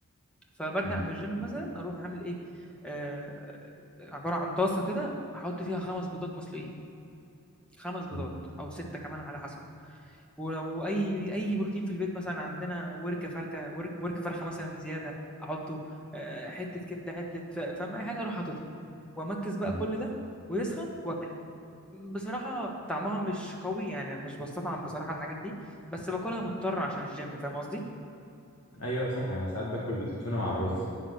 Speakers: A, in the centre; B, on the left.
A: فبرجع
B: مم.
A: من الجيم مثلا اروح اعمل ايه آه، آه، عباره عن طاسه كده احط فيها خمس بيضات مسلوقين خمس بيضات
B: مم.
A: او سته كمان على حسب ولو اي اي بروتين في البيت مثلا عندنا ورك فركه ورك, ورك فرخه مثلا زياده احطه آه، حته كبده حته ف- فاهم اي حاجه اروح حاططها وامكس بقى
B: مم.
A: كل ده ويسخن واكله بصراحه طعمها مش قوي يعني انا مش بستطعم بصراحه الحاجات دي بس باكلها مضطر عشان الجيم فاهم قصدي
B: ايوه صح انا ساعات باكل التونه مع الرز